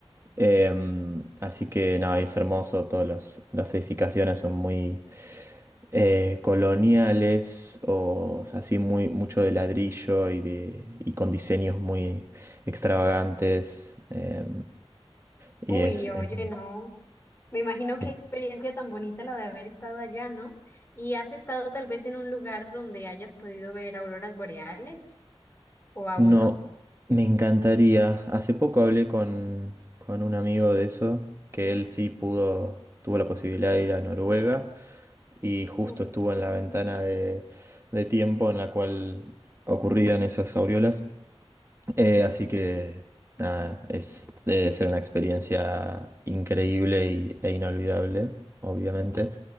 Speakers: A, on the right; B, on the left.
A: Eh, así que nada, es hermoso, todas las las edificaciones son muy eh, coloniales o, o sea, así muy, mucho de ladrillo y, de, y con diseños muy extravagantes. eh, y
B: Uy,
A: es,
B: oye,
A: eh,
B: no. Me imagino
A: sí.
B: qué experiencia tan bonita la de haber estado allá, ¿no? ¿Y has estado tal vez en un lugar donde hayas podido ver auroras boreales o aún
A: No,
B: no?
A: me encantaría. Hace poco hablé con, con un amigo de eso, que él sí pudo, tuvo la posibilidad de ir a Noruega. y justo
B: Mm.
A: estuvo en la ventana de, de tiempo en la cual ocurrían esas aureolas. Eh, así que nada, es, debe ser una experiencia increíble y- e inolvidable, obviamente.